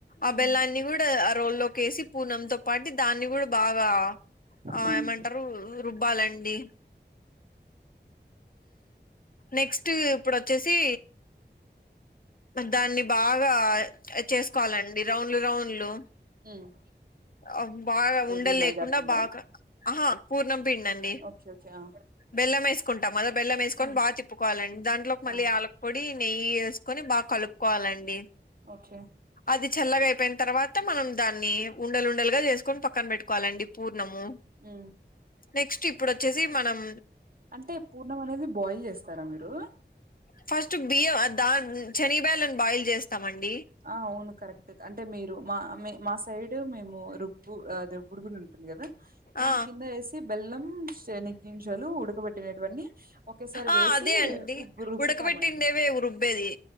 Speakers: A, on the left; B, on the right.
A: ఆ
B: హ్మ్
A: బెల్లాన్ని కూడా ఆ రోల్లో కేసి పూర్ణంతో పాటి దాన్ని కూడా బాగా ఆ
B: హ్మ్
A: ఏమంటారు రుబ్బాలండి నెక్స్ట్ ఇప్పుడొచ్చేసి దాన్ని బాగా చేసుకోవాలండి రౌండ్లు రౌండ్లు
B: హ్మ్
A: ఓ బాగా ఉండలు
B: ఏది మైదా
A: లేకుండా
B: పిండా
A: బా ఆహా పూర్ణ పిండండి
B: ఓకే ఓకే ఆ
A: బెల్లం వేసుకుంటాం కదా బెల్లం వేసుకొని
B: హ్మ్
A: బాగ తిప్పుకోవాలండి దాంట్లో మళ్ళీ
B: ఆ
A: యాలక్ పొడి నెయ్యి వేసుకొని బాగా కలుపుకోవాలండి
B: ఓకే
A: అది చల్లగయిపోయిన తర్వాత మనం దాన్ని ఉండలుండలుగా చేసుకొని పక్కన పెట్టుకోవాలండి పూ నము
B: హ్మ్
A: నెక్స్ట్ ఇప్పుడు వచ్చేసి మనం
B: అంటే పూర్నం అనేది బాయిల్ చేస్తారా మీరు
A: ఫస్ట్ బియ్యం దా శనిగ బ్యాళ్లను బాయిల్ చేస్తామండి
B: ఆ అవును కరెక్ట్ అంటే మీరు మా మా సైడ్ మేము రుబ్బు రుబ్బుడు గు ఉంటుంది కదా దాని
A: ఆ
B: కింద వేసి బెల్లం నిగ్గింజలు ఉడకబెట్టినటువీ ఒకేసారి
A: ఆ
B: వేసి
A: అదే అండి
B: ఉబ్బు రుబ్బుతామండి
A: ఉడకబెట్టిండేవే రుబ్బేది